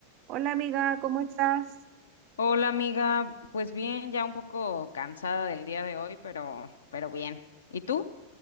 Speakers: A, on the right (about 40°); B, on the left (about 65°).
A: Hola amiga, ¿cómo estás?
B: Hola amiga, pues bien, ya un poco cansada del día de hoy, pero, pero bien. ¿Y tú?